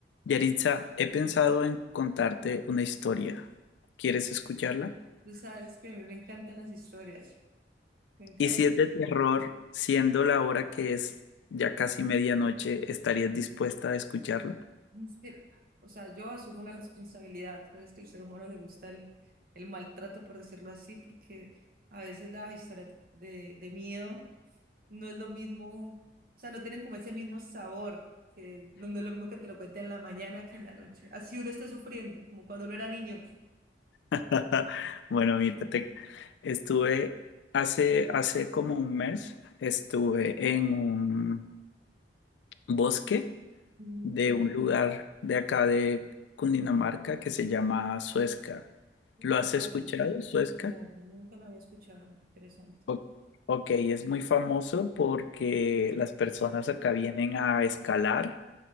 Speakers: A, on the left; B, on the right.
A: Yaritza, he pensado en contarte una historia. ¿Quieres escucharla?
B: Tú sabes que a mí me encantan las historias, me encantan.
A: Y si es de terror, siendo la hora que es ya casi medianoche, ¿estarías dispuesta a escucharla?
B: Es que, o sea, yo asumo la responsabilidad, sabes que al ser humano le gusta el, el maltrato, por decirlo así, porque a veces las historias de, de miedo no es lo mismo, o sea, no tienen como ese mismo sabor, que no no es lo mismo que te lo cuenten en la mañana que en la noche. Así uno está sufriendo, como cuando uno era niño.
A: <laughs> Bueno, mira, te- estuve hace, hace como un mes, estuve en un bosque
B: Mm,
A: de un lugar de acá de Cundinamarca que se llama Suezca. ¿Lo has
B: Wow,
A: escuchado, Suezca?
B: no, nunca lo había escuchado, interesante.
A: O- Ok, es muy famoso porque las personas acá vienen a escalar